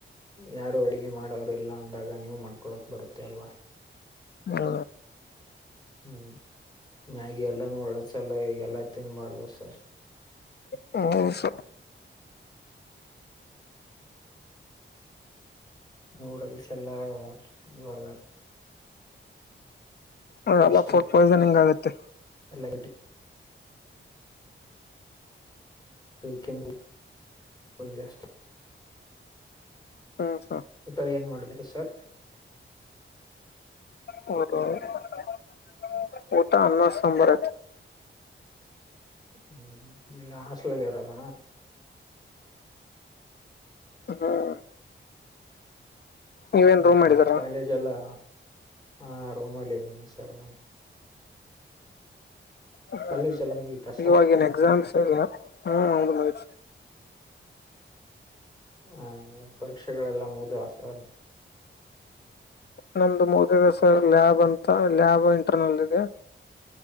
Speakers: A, on the left; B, on the left.
A: ಯಾರು ಅಡುಗೆ ಮಾಡೋ್ರಲ್ಲ ಅಂದಾಗ ನೀವು ಮಾಡ್ಕೊಳಕ್ ಬರುತ್ತೆ ಅಲ್ವಾ
B: ಹ್ಮ
A: ಹ್ಮ್ ಮಾಗಿಿ ಎಲ್ಲ ನೋಡಸ ಎಲ್ಲ ಈ ಎಲ್ಲಾ ತಿಿಂದಬಾರ್ದ ಸರ್
B: ಹೌ ಸ
A: ನೂಡಲ್ಸ್ ಎಲ್ಲಾ ಇವಾಗ
B: ಎಲ್ಲ
A: ಟೇಸ್ಟ್
B: ಫುಡ್ ಪಾಯ್ಸನಿಂಗ್ ಆಗುತ್ತೆ
A: ಎಲ್ಲ ಕೆ ವಸ್
B: ಹ್ಮ್ ಸರ್
A: ಆತ್ತ ಏನ್ ಮಾಡಬಿರ ಸರ್
B: ಹ <unintelligible> ಅಣ ಸಂಂಬರ
A: ಹ್ಮ್ ಇಲ್ಲೇ ಹಾಸ್ಟೆಲ್ ಇರೋದ
B: ಹ್ಮ್ ನೀವೇನ್
A: ಹ್ಮ್
B: ರೂಮ್
A: ಹ್ಮ್
B: ಮಾಡಿದೀರಾ
A: ಕಾಲೇಜ್ ಎಲ್ಲ ಹಾ ರೂಮಲ್ಲಿ ಸರಿ.
B: ಹ್ಮ
A: ಕಾಲೇಜ್ ಎಲ್ಲ ಮುಗೀತಾ ಸರ್
B: ಇವಾಗ ಏನ್ ಎಕ್ಸಾಮ್ಸ್ ಸರಿ <unintelligible> ಹ ಹೌದು ಮುಗೀತು.
A: ಹ್ಮ ಪರೀಕ್ಷೆಗಳೆಲ್ಲ ಮುಗಿದು ಹಾಸ್ಟೆಲ್
B: ನಮ್ದು ಮುಗ್ದಿದೆ ಸರ್ ಲ್ಯಾಬ್ ಅಂತ ಲ್ಯಾಬ್ ಇಂಟರ್ನಲ್ ಇದೆ.